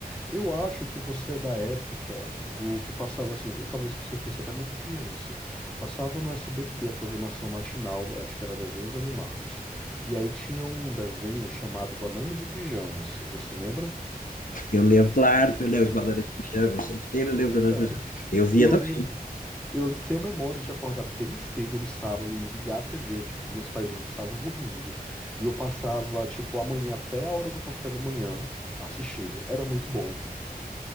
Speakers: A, in the centre; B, on the left.
A: Eu acho que você é da época do que passava assim, talvez você fosse até muito criança. Passava no SBT a programação matinal, acho que era desenhos animados. E aí tinha um desenho chamado Banana de Pijamas, você lembra?
B: Eu lembro, claro que eu lembro de Banana de Pijama, gente, eu lembro de Banana
A: Cara,
B: de Pijama. Eu via
A: Eu
B: também.
A: lembro. Eu tenho memórias de acordar bem cedo no sábado e ligar a TV, tipo, os meus pais ainda estavam dormindo. E eu passava, tipo, a manhã até a hora do café da manhã assistindo. Era muito bom.